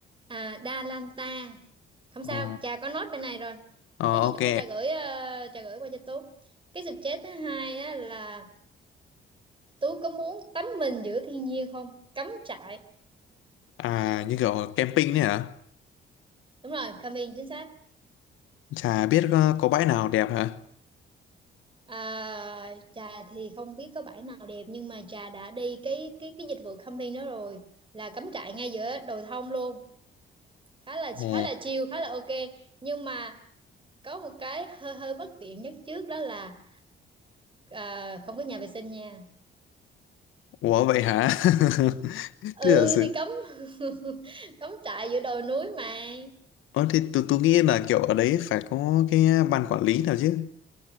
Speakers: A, on the right; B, on the left.
A: à, Đa Lan Ta không sao
B: ờ
A: trà có note bên này rồi
B: ờ
A: có gì
B: ok
A: chút nữa trà gửi ờ, trà gửi qua cho Tú cái suggest thứ hai á, là Tú có muốn tắm mình giữa thiên nhiên không cắm trại
B: À như kiểu camping đấy hả?
A: đúng rồi camping chính xác
B: Chả biết có, có bãi nào đẹp hả?
A: À, trà thì không biết có bãi nào đẹp nhưng mà trà đã đi cái cái cái dịch vụ camping đó rồi là cắm trại ngay giữa đồi thông luôn khá là
B: Ồ,
A: khá là chill khá là ok nhưng mà có một cái hơi hơi bất tiện nhất trước đó là à, không có nhà vệ sinh nha
B: ủa vậy hả? <laughs>
A: ừ
B: Thế giả sử
A: thì cắm <laughs> cắm trại giữa đồi núi mà
B: Ờ thì tôi tôi nghĩ là kiểu ở đấy phải có cái ban quản lý nào chứ.